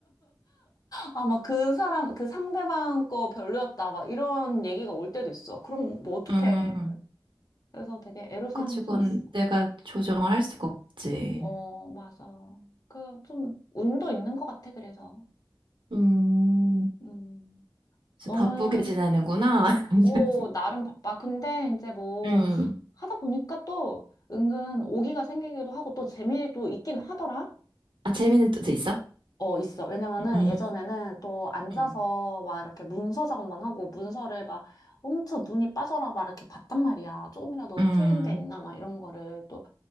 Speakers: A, on the left; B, on the right.
A: 아, 막 그 사람, 그 상대방 거 별로였다. 막 이런 얘기가 올 때도 있어. 그럼 뭐 어떡해.
B: 음.
A: 그래서 되게 애로사항이
B: 그치, 그건
A: 좀 있어.
B: 내가 조정을 할 수가 없지.
A: 어, 맞아. 그 좀 운도 있는 것 같아, 그래서.
B: 음,
A: 음,
B: 그래서
A: 너는,
B: 바쁘게 지내는구나. <laughs>
A: 오, 나름 바빠. 근데 이제 뭐
B: 음.
A: 하다 보니까 또 은근 오기가 생기기도 하고 또 재미도 있긴 하더라.
B: 아, 재미는 또 있어?
A: 어, 있어. 왜냐면은
B: 음,
A: 예전에는 또 앉아서
B: 음.
A: 막 이렇게 문서 작업만 하고 문서를 막 엄청 눈이 빠져라 막 이렇게 봤단 말이야. 조금이라도
B: 음.
A: 틀린 데 있나 막 이런 거를 또